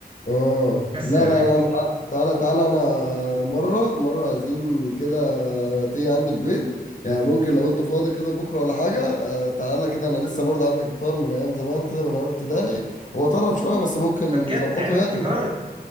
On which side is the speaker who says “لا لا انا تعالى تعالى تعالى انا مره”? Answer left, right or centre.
Left